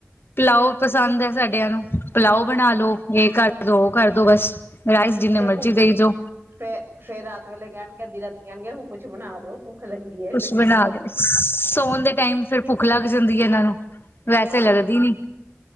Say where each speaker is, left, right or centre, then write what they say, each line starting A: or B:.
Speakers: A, on the left; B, on the right.
A: ਪਲਾਓ ਪਸੰਦ ਹੈ, ਸਾਡਿਆਂ ਨੂੰ ਪਲਾਓ ਬਣਾ ਲੋ ਇਹ ਕਰਦੋ ਉਹ ਕਰਦੋ ਬਸ,। ਰਾਈਸ, ਜਿਨੇ
B: ਫੇਰ
A: ਮਰਜ਼ੀ
B: ਭੁੱਖ
A: ਦੇਈ ਜਾਓ।
B: ਫੇ ਫੇਰ ਰਾਤ ਵੇਲੇ ਕਹਿਣ ਗੇ, ਅਧ ਰਾਤੀ ਆਣਗੇ ਹੁਣ ਕੁਛ ਬਣਾ ਦੋ। ਭੁੱਖ ਲੱਗੀ ਏ।
A: ਕੁਛ ਬਣਾ ਕੇ ਸੋਣ ਦੇ ਟਾਈਮ ਫਿਰ ਭੁੱਖ ਲੱਗ ਜਾਂਦੀ ਹੈ ਇਹਨਾਂ ਨੂੰ। ਵੈਸੇ
B: ਹਾਂ
A: ਲੱਗਦੀ ਨੀ।